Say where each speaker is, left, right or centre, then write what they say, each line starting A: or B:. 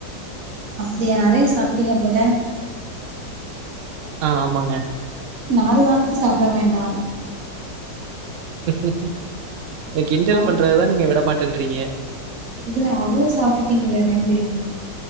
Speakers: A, on the right; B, on the right.
A: அப்படியா நெறையா சாப்பிட்டீங்க போல
B: ஆ ஆமாங்க
A: நாலு நாளைக்கு சாப்ட வேண்டா
B: <unintelligible> நீ கிண்டல்
A: அவ்
B: பண்றதா நீங்க விட மாட் தந்றீங்க
A: இல்ல அவ்ளோ சாப்டுட்டீங்களே ரெண்டு